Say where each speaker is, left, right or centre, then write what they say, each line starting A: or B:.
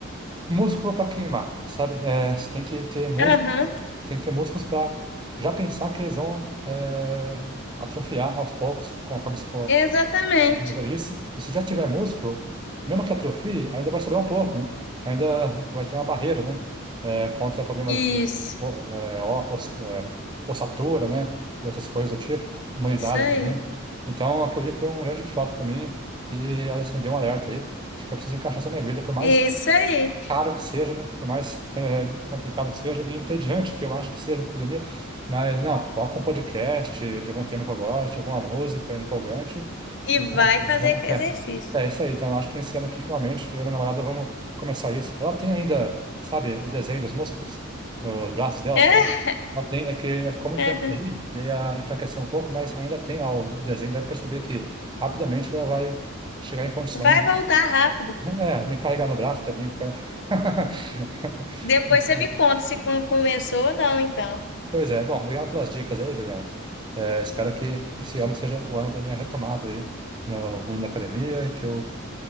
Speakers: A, on the right; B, on the left.
A: músculo para queimar, sabe? É, você tem que ter músculos,
B: Aham,
A: você tem que ter músculos para já pensar que eles vão é, atrofiar aos poucos, conforme você for
B: exatamente.
A: na velhice. E se já tiver músculo, mesmo que atrofie, ainda vai sobrar um pouco, né? Ainda vai ter uma barreira, né? É, contra problemas
B: Isso,
A: de o- é, o- oss- é, ossatura, né? E outras coisas do tipo, imunidade
B: isso aí.
A: também. Então, aquilo ali foi um grande choque para mim e acendeu um alerta aí de que eu preciso encaixar essa minha vida por mais
B: Isso aí.
A: caro que seja, né? Por mais <laughs> eh, complicado que seja, e entediante que eu acho que seja a academia, mas não, coloca um podcast de algum tema que eu gosto, alguma música empolgante,
B: E
A: e
B: vai
A: vamos, vamos,
B: fazer com exercício.
A: é, é isso aí, então eu acho que esse ano aqui, finalmente, eu e minha namorada vamos começar isso. Ela tem ainda, sabe, o desenho dos músculos nos braços dela,
B: É?
A: sabe? Ela tem, é que é, ficou muito
B: Aham.
A: tempo daí, daí a enfraqueceu um pouco, mas ainda tem lá o desenho, dá pra perceber que rapidamente ela vai chegar em condições.
B: Vai voltar rápido.
A: É, me carregar no braço, tá brincando. <laughs>
B: Depois você me conta se com- começou ou não, então.
A: Pois é, bom, obrigado pelas dicas aí, Juliana. É, espero que esse ano seja o ano da minha retomada aí no mundo da academia e que eu